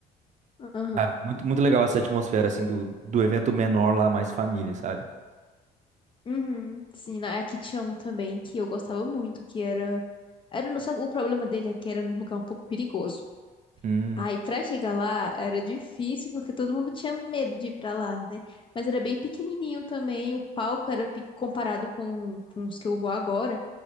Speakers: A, on the left (about 30°); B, on the right (about 45°).
A: Aham.
B: Ah, muito, muito legal essa atmosfera, assim, do, do evento menor lá, mais família, sabe?
A: Uhum. Sim, na- aqui tinha um também que eu gostava muito, que era. Era no- só que o problema dele é que era num lugar um pouco perigoso.
B: Hum,
A: Aí, pra chegar lá, era difícil, porque todo mundo tinha medo de ir pra lá, né? Mas era bem pequenininho também, o palco era pe- comparado com, com os que eu vou agora.